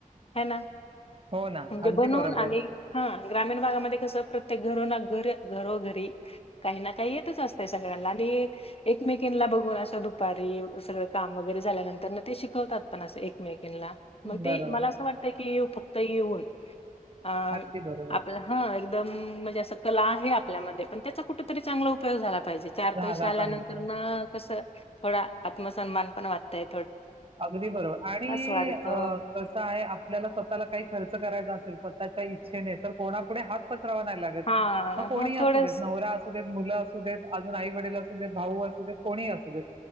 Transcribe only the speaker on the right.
हो ना
अगदी
बरोबर.
बरोबर.
अगदी बरोबर.
झाला
पाहिजे.
अगदी बरोबर आणि-
अ कसं आहे आपल्याला स्वतःला काही खर्च करायचा असेल- <unintelligible> इच्छेने तर कोणापुढे हात पस - राव नाही लागत
मग कोणी
असू
देत नवरा असू देत मुलं असं - अजून आई वडील असू देत भाऊ असू देत कोणीही असू देत